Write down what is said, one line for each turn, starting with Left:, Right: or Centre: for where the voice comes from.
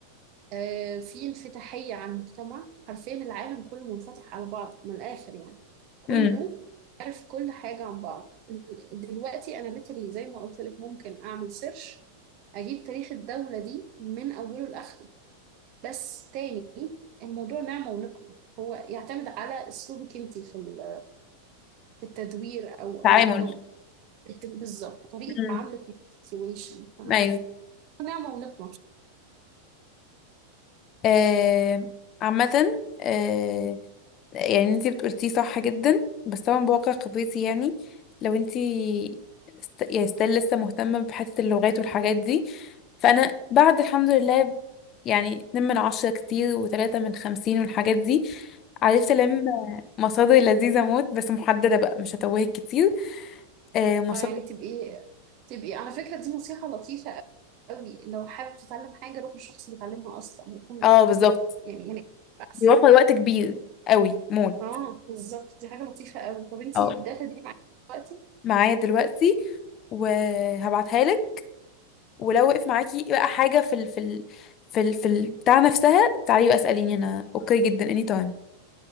Right: آه، في انفتاحية على المجتمع حرفيا العالم كله منفتح على بعضه من الآخر يعني كله
Left: امم
Right: عارف كل حاجة عن بعضه ال- دلوقتي أنا ليترلي زي ما قلت لك ممكن أعمل سيرش أجيب تاريخ الدولة دي من أوله لآخره بس تاني الموضوع نعمة ونقمة هو يعتمد على أسلوبك أنت في ال- في التدوير أو
Left: تعامل
Right: أو أو بالظبط طريقة
Left: امم
Right: تعاملك مع السيتويشن
Left: ايوه
Right: نعمة ونقمة
Left: آه عامة آه يعني انتي بتقولتيه صح جدا بس طبعا بواقع قضيتي يعني لو انتي است... يعني ستيل لسه مهتمة بحتة اللغات والحاجات دي فأنا بعد الحمد لله يعني اتنين من عشرة كتير وتلاتة من خمسين والحاجات دي عرفت ألم مصادر لذيذة موت بس محددة بقى مش هتوهك كتير آه مصادر
Right: اه يعني تبقي تبقي على فكرة دي نصيحة لطيفة قوي لو حابب تتعلم حاجة روح للشخص اللي بيتعلمها أصلا هيكون
Left: اه بالظبط
Right: يعني يعني أحسن
Left: بيوفر وقت كبير قوي موت
Right: اه بالظبط دي حاجة لطيفة قوي طب انتي
Left: اه
Right: الداتا دي معاكي دلوقتي
Left: معايا دلوقتي وهبعتها لك. ولو وقف معاكي بقى حاجة في ال في ال في ال في ال بتاع نفسها تعالي بقى اسأليني انا اوكي جدا اني تايم